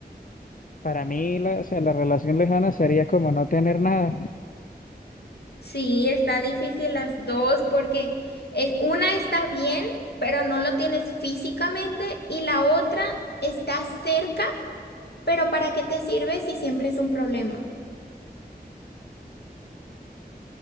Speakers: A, on the left (about 55°); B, on the left (about 75°).
A: Para mí, la, o sea, la relación lejana sería como no tener nada.
B: Sí, está difícil las dos porque es, una está bien, pero no lo tienes físicamente y la otra está cerca, pero ¿para qué te sirve si siempre es un problema?